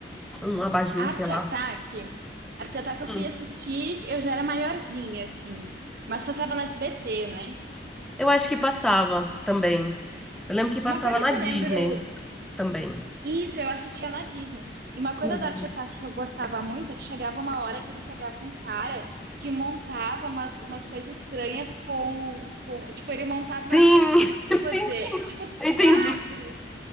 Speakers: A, in the centre; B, on the right (about 55°).
A: um abajur,
B: Arte
A: sei lá.
B: Ataque, Arte Ataque eu fui
A: Hum.
B: assistir, eu já era maiorzinha, assim, mas passava no SBT, né?
A: Eu acho que passava também. Eu lembro que passava
B: Uma coisa
A: na
B: que
A: Disney
B: eu lembro,
A: também.
B: isso, eu assistia na Disney. E uma coisa
A: Na Disney.
B: do Arte Ataque que eu gostava muito é que chegava uma hora que ele pegava um cara que montava umas, umas coisas estranhas com, com. Tipo, ele montava.
A: Sim,
B: Como que
A: <laughs>
B: eu vou
A: sim,
B: dizer? Tipo,
A: entendi.
B: quadros